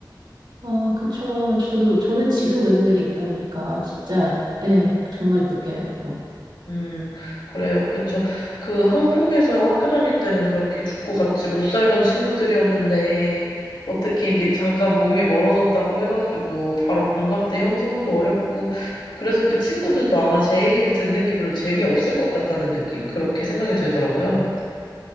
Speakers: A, on the right; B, on the left.
A: 아, 그쵸. 저도, 저는 지금 외국에 있다 보니까 진짜, 예, 정말 느껴요, 그거.
B: 음, 그래요. 그쵸. 그 한국에서 학교 다닐 때는 그렇게 죽고 같이 못 살던 친구들이었는데, 어떻게 이게 잠깐 몸이 멀어졌다고 해가지고, 바로 공감대 형성도 어렵고, 그래서 그 친구들도 아마 제 얘기를 듣는 게 별로 재미없을 것 같다는 느낌? 그렇게 생각이 들더라고요.